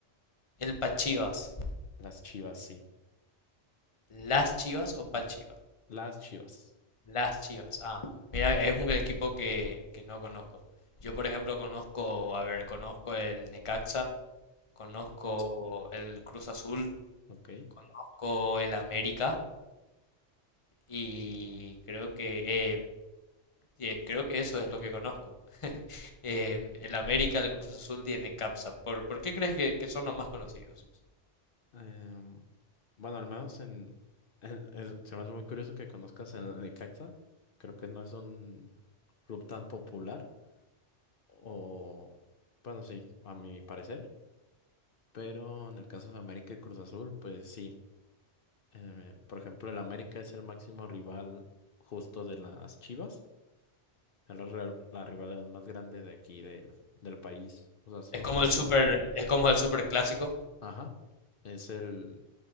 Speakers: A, on the left; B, on the left.
A: El Pachivas.
B: Las Chivas, sí.
A: ¿Las Chivas o Pachivas?
B: Ah, las Chivas.
A: Las Chivas. Ah, mira, es un equipo que, que no conozco. Yo, por ejemplo, conozco, a ver, conozco el Necaxa, Conozco el Cruz Azul,
B: Ok.
A: conozco el América y creo que eh, eh, creo que eso es lo que conozco. Eh, el América, el Cruz Azul y el Capsa. ¿Por, por qué crees que, que son los más conocidos?
B: Em, bueno, al menos en. el- el- se me hace muy curioso que conozcas el Necaxa. Creo que no es un club tan popular. O. Bueno, sí, a mi parecer. Pero en el caso de América y Cruz Azul, pues sí. Eh, por ejemplo, el América es el máximo rival justo de las Chivas. Es la, re- la rivalidad más grande de aquí del, del país. O sea, son
A: Es como
B: los
A: el
B: equipos.
A: super, es como el super clásico.
B: Ajá. Es el,